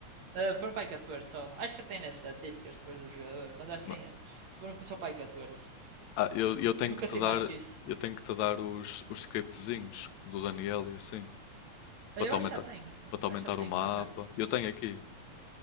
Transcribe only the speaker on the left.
Ma-
Ah, eu, eu tenho
que te
dar,
eu tenho que te dar os, os scriptzinhos do Daniel e assim, para
te
aumentar,
para te aumentar
o mapa.
Eu tenho aqui.